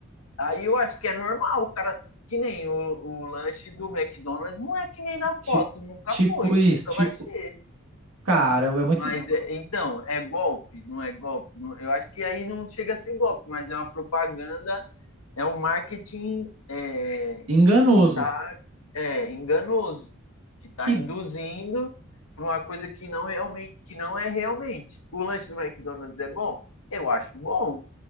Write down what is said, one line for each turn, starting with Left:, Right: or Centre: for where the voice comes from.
Left: aí eu acho que é normal, o cara, que nem o, o lanche do McDonald's não é que nem na foto,
Right: ti-
Left: nunca
Right: tipo
Left: foi,
Right: isso,
Left: nunca
Right: tipo,
Left: vai ser.
Right: cara é muito
Left: Mas é- então, é golpe, não é golpe? Não- eu acho que aí não chega a ser golpe, mas é uma propaganda é um marketing é,
Right: enganoso.
Left: que está é, enganoso, que está
Right: Que
Left: induzindo para uma coisa que não, realmente, que não é realmente. O lanche do McDonald's é bom? Eu acho bom,